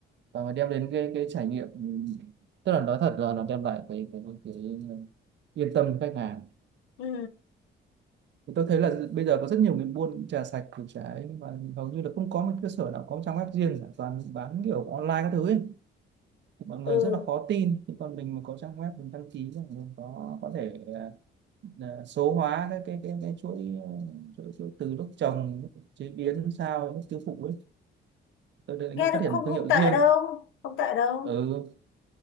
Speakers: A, on the right (about 65°); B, on the left (about 80°).
A: và mà đem đến cái cái trải nghiệm ừ. tức là nói thật là nó đem lại cái cái, cái yên tâm cho khách hàng
B: ừ
A: thì tôi thấy là bây giờ có rất nhiều người buôn trà sạch củ trái và hầu như là không có một cơ sở nào có một trang web riêng cả toàn bán kiểu online các thứ ấy mọi người
B: ừ
A: rất là khó tin nhưng còn mình mà có trang web mình đăng ký mình có có thể à, à, số hóa cái cái cái, cái chuỗi, ờ, chuỗi chuỗi từ lúc trồng lúc chế biến sao lúc tiêu thụ ấy tôi đến
B: nghe thì
A: phát
B: cũng
A: triển
B: không
A: thương
B: không
A: hiệu
B: tệ
A: riêng
B: đâu không tệ đâu
A: ừ